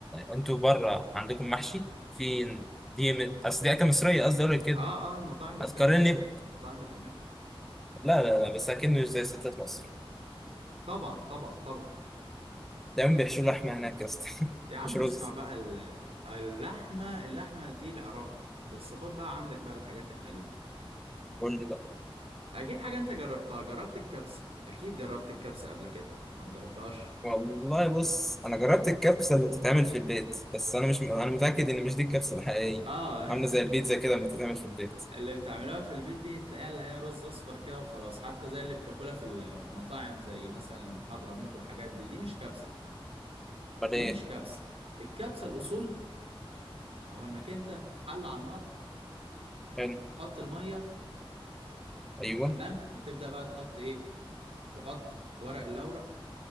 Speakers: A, in the centre; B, on the right.
A: انتوا بره عندكم محشي في دي من- اصل دي اكله مصريه قصدي اقول لك كده
B: اه اه المطاعم بتعمله
A: هتقارن لي
B: المطاعم بتعمله
A: لا لا لا بس اكيد مش زي ستات مصر
B: طبعا طبعا طبعا
A: دايما بيحشوا لحمه هناك يا اسطى <laughs>
B: يا عم
A: مش رز
B: اسمع بقى ال- اللحمة اللحمة دي العراق بس خد بقى عندك بقى الحاجات الخليج
A: قول لي بقى
B: اكيد حاجة انت جربتها جربت الكبسة اكيد جربت الكبسة قبل كده ولا ما جربتهاش
A: والله بص انا جربت الكبسه اللي بتتعمل في البيت بس انا مش انا متاكد ان مش دي الكبسه الحقيقيه
B: اه
A: عامله زي البيتزا
B: <laughs>
A: كده لما تتعمل في البيت
B: اللي بتعملوها في البيت دي تلاقيها اللي هي رز اصفر كده وخلاص حتى زي اللي بتاكلها في المطاعم زي مثلا حضرموت والحاجات دي دي مش كبسه دي
A: امال
B: دي
A: ايه
B: مش كبسه الكبسه الاصول هو انك انت حل على النار
A: حلو
B: تحط الميه
A: ايوه
B: تمام وتبدا بقى تحط ايه تحط ورق اللورة